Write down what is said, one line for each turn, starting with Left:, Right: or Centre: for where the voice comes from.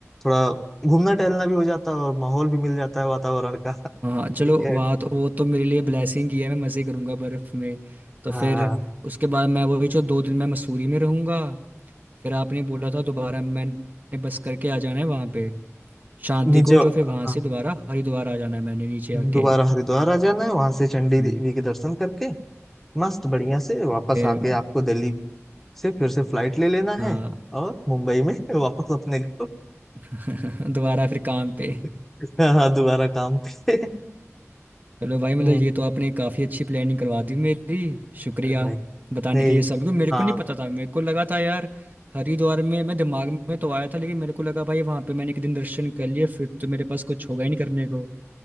Centre: थोड़ा घूमना टहलना भी हो जाता है और माहौल भी मिल जाता है वातावरण का
Right: हाँ हाँ, चलो
Centre: ठीक है
Right: वहाँ तो वो तो मेरे लिए ब्लेसिंग ही है मैं मज़े करूँगा बर्फ़ में तो
Centre: हाँ
Right: फिर उसके बाद मैं वही जो दो दिन मैं मसूरी में रहूँगा फिर आपने बोला था दोबारा मैंने बस करके आ जाना है वहाँ पे शांति
Centre: नीचे
Right: कुंज
Centre: हाँ
Right: और फिर वहां से दोबारा हरिद्वार आ जाना है मैंने नीचे आके
Centre: दोबारा हरिद्वार आ जाना है वहां से चंडी
Right: हम्म,
Centre: देवी के दर्शन करके मस्त बढ़िया से वापस
Right: फिर
Centre: आके आपको दिल्ली से फिर से फ्लाइट ले लेना
Right: हाँ
Centre: है और मुंबई में <laughs> वापस अपने को
Right: <laughs> दोबारा फिर काम पे
Centre: <laughs> हाँ दोबारा काम पे <laughs>
Right: चलो भाई मतलब
Centre: हम्म
Right: ये तो आपने काफ़ी अच्छी प्लानिंग करवा दी मेरी शुक्रिया
Centre: नहीं
Right: बताने
Centre: नहीं
Right: के लिए सब मेरे को
Centre: हाँ
Right: नहीं पता था मेरे को लगा था यार हरिद्वार में मैं दिमाग में तो आया था लेकिन मेरे को लगा भाई वहां पे मैंने एक दिन दर्शन कर लिए फिर तो मेरे पास कुछ होगा ही नहीं करने को